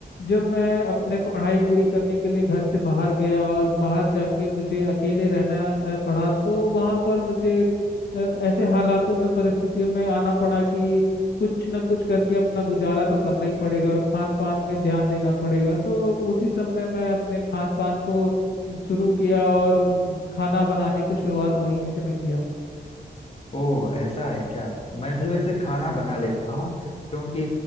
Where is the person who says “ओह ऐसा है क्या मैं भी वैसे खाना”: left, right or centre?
Left